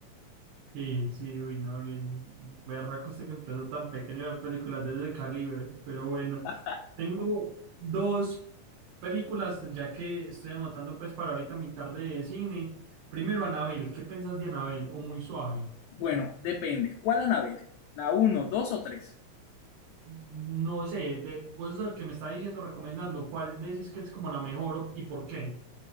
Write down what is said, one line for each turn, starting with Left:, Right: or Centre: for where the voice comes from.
Right: Sí, sí, uy, no, Luis. Berraco usted que empezó tan pequeño a ver películas desde calibre. Pero bueno,
Left: <laughs>
Right: tengo dos películas, ya que estoy anotando pues para ahorita mi tarde de cine. Primero, Anabel, ¿qué pensás de Anabel? O muy suave.
Left: Bueno, depende. ¿Cuál Anabel? ¿La uno, 2 o 3?
Right: No sé, de, vos sos el que me está diciendo, recomendando, ¿cuál decís que es como la mejor o- y por qué?